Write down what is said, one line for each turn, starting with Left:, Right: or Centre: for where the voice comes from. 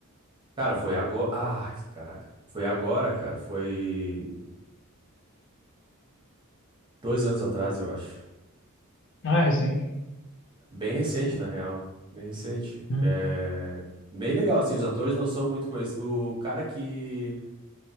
Right: Cara, foi agora. Ai, caraca. Foi agora, cara. Foi dois anos atrás, eu acho.
Left: Ah, é recente.
Right: Bem recente, na real. Bem recente.
Left: Hum,
Right: É... Bem legal, assim, os atores não são muito conhecidos. O cara que,